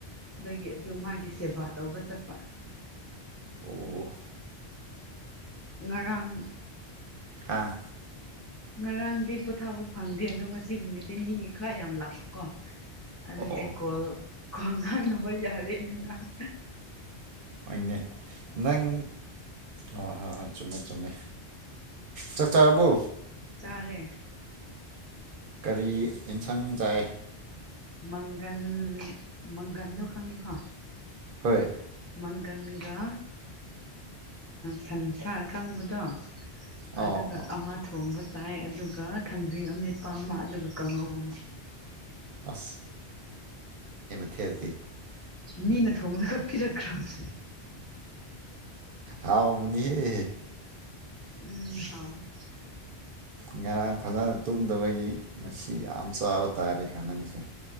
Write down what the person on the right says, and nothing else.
ꯑꯣ
ꯍꯥꯥ
ꯑꯣ ꯑꯣ
ꯑꯣ
ꯍꯣꯏꯅꯦ ꯅꯪ ꯍꯣꯏ ꯍꯣꯏ ꯍꯣꯏ ꯆꯨꯝꯃꯦ ꯆꯨꯝꯃꯦ ꯆꯥꯛ ꯆꯥꯔꯕꯣ
ꯀꯔꯤ ꯑꯦꯟꯁꯥꯡ ꯆꯥꯏ
ꯍꯣꯏ
ꯑꯣ
ꯑꯣ
ꯑꯁ <unintelligible>
ꯍꯥꯎꯅꯤꯍꯦ
ꯉꯔꯥꯡ ꯐꯖꯅ ꯇꯨꯝꯗꯕꯒꯤ ꯉꯁꯤ ꯌꯥꯝ ꯆꯥꯕ ꯇꯥꯔꯦ ꯍꯥ ꯅꯪꯁꯦ